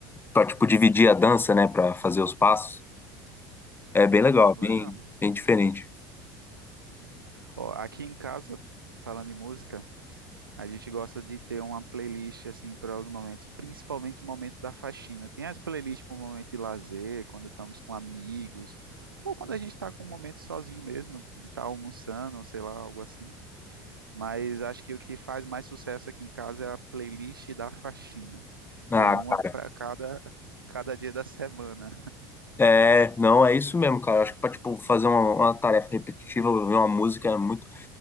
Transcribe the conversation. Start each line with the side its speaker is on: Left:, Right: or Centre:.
Left: Pra, tipo, dividir a dança, né? Pra fazer os passos. É bem legal,
Right: Oh, legal.
Left: bem, bem diferente.
Right: Ó, aqui em casa, falando em música, a gente gosta de ter uma playlist assim para os momentos, principalmente o momento da faxina. Tem as playlists para o momento de lazer, quando estamos com amigos, ou quando a gente está com um momento sozinho mesmo, de estar almoçando, sei lá, algo assim. Mas acho que o que faz mais sucesso aqui em casa é a playlist da faxina.
Left: Ah,
Right: Tem uma
Left: cara,
Right: para cada, cada dia da semana.
Left: é, não, é isso mesmo, cara. Acho que pra, tipo, fazer uma, uma tarefa repetitiva, ouvir uma música é muito,